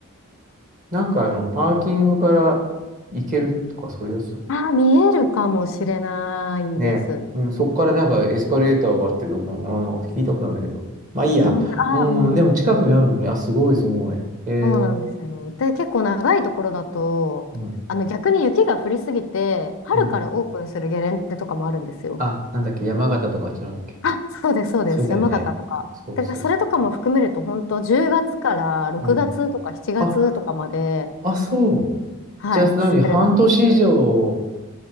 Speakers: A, on the right; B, on the left.
A: なんかあの、パーキングから行けるとかそういうやつだっけ
B: ああー、見えるかもしれないです。
A: ね、うん、そっからなんかエスカレーターがあってどこの、なんか聞いたことあるんだけど。まあいいや。
B: うん、ああ、
A: うん、
B: うん。
A: でも近くにあるのね。あ、すごいすごい。へえ。
B: そうなんですよ。で、結構長いところだと、
A: うん。
B: あの、逆に雪が降りすぎて、春からオープンするゲレンデとかもあるんですよ。
A: うん。あ、なんだっけ、山形とかあっちなんだっけ。
B: あ、そうです、そうです。
A: そうだよね。
B: 山形とか。
A: そうそうそ
B: だからそれとかも含めると、本当10月から6月とか7月とかまで、
A: う。うん。あ、あ、そう。
B: はい、
A: じゃあ何半年以上。
B: 滑れ